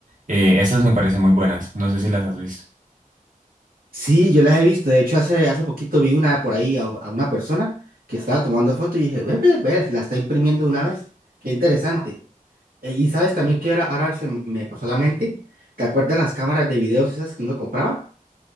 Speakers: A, on the right; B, on the right.
A: Eh, esas me parecen muy buenas, no sé si las has visto.
B: Sí, yo las he visto. De hecho, hace, hace poquito vi una por ahí a, a una persona que estaba tomando fotos y dije, ve, ve, ve, la está imprimiendo de una vez. Qué interesante. Eh, y sabes también que ahora, ahora se me pasó a la mente. ¿Te acuerdas las cámaras de videos esas que uno compraba?